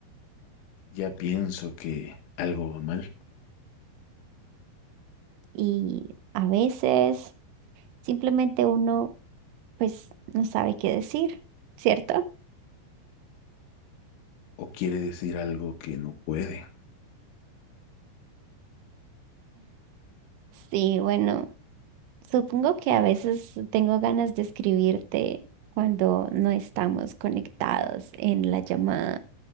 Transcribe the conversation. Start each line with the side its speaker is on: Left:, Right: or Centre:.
Left: ya pienso que algo va mal
Right: y a veces simplemente uno pues no sabe qué decir, ¿cierto?
Left: o quiere decir algo que no puede.
Right: Sí, bueno, supongo que a veces tengo ganas de escribirte cuando no estamos conectados en la llamada.